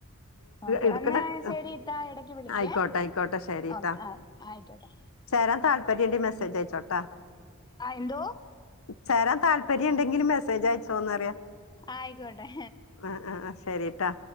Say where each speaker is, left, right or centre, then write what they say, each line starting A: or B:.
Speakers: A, on the left; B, on the left.
A: ഓക്കെ
B: എടുക്കണ്
A: എന്നാ ശരി
B: ആഹ്
A: ഇത്താ ഇടക്ക് വിളിക്കേ
B: ആയിക്കോട്ടെ ആയിക്കോട്ടെ ശരിട്ടൊ
A: ഓ ആഹ് ആയിക്കോട്ടെ
B: ചേരാൻ താല്പര്യണ്ടെ മെസ്സേജ് അയച്ചോ ട്ടാ
A: ആഹ് എന്തോ
B: ചേരാൻ താല്പര്യംണ്ടെങ്കില് മെസ്സേജ് അയച്ചോന്നറിയ
A: ആയിക്കോട്ടെ
B: ആഹ് ആഹ് ആഹ് ശരി ട്ടാ